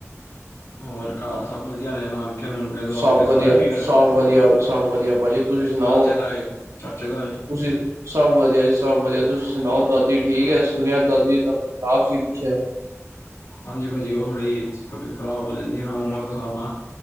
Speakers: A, on the left; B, on the right.
A: ਹੋਰ ਘਰ ਸਭ ਵਧੀਆ ਨੇ ਨਾਨ ਨਾਨਕੇ- ਦਾਤਕੇ
B: ਸਭ ਵਧੀਆ
A: ਸਾਰੇ ਠੀਕ ਨੇ
B: ਸਭ ਵਧੀਆ ਸਭ ਵਧੀਆ ਭਾਜੀ ਤੁਸੀਂ ਸੁਣਾਓ
A: ਚਾਚੇ-ਤਾਏ ਚਾਚੇ-ਤਾਏ
B: ਤੁਸੀਂ ਸਭ ਵਧੀਆ ਜੀ- ਸਭ ਵਧੀਆ, ਤੁਸੀਂ ਸੁਣਾਓ ਦਾਦੀ ਠੀਕ ਹੈ ਸੁਣਿਆ ਦਾਦੀ ਦੀ ਤਬੀਅਤ ਖ਼ਰਾਬ ਸੀ ਪਿੱਛੇ।
A: ਹਾਂਜੀ ਭਾਜੀ, ਉਹ ਥੋੜੀ ਤਬੀਅਤ ਖਰਾਬ ਹੋ ਜਾਂਦੀ ਨਾ ਉਮਰ ਦੇ ਹਿਸਾਬ ਨਾਲ।